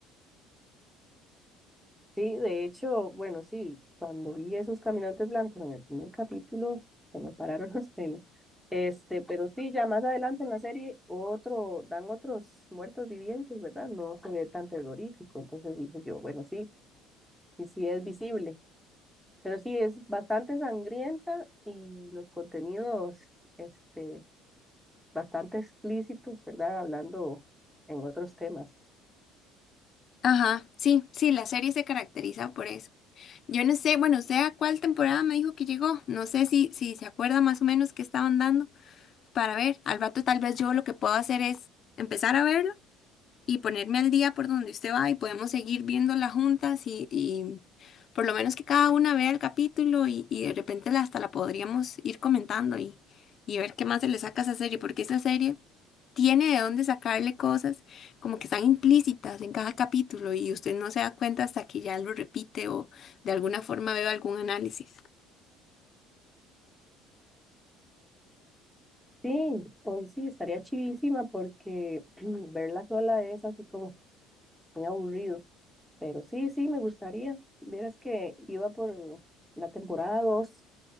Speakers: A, in the centre; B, on the left.
A: Sí, de hecho, bueno, sí, cuando vi esos caminantes blancos en el primer capítulo, se me pararon <laughs> los pelos. Este, pero sí, ya más adelante en la serie, otro, dan otros muertos vivientes, ¿verdad? No se ve tan terrorífico. Entonces dije yo, bueno, sí, sí, sí es visible. Pero sí, es bastante sangrienta y los contenidos, este, bastante explícitos, ¿verdad? Hablando en otros temas.
B: Ajá, sí, sí, la serie se caracteriza por eso. Yo no sé, bueno, usted a cuál temporada me dijo que llegó. No sé si, si se acuerda más o menos qué estaban dando para ver. Al rato tal vez yo lo que puedo hacer es empezar a verlo y ponerme al día por donde usted va y podemos seguir viéndola juntas y, y por lo menos que cada una vea el capítulo y, y de repente la- hasta la podríamos ir comentando y, y ver qué más se le saca a esa serie, porque esa serie tiene de dónde sacarle cosas como que están implícitas en cada capítulo y usted no se da cuenta hasta que ya lo repite o de alguna forma veo algún análisis.
A: Sí, hoy sí, estaría chivísima porque <clears throat> verla sola es así como muy aburrido. Pero sí, sí, me gustaría. Vieras que iba por la temporada dos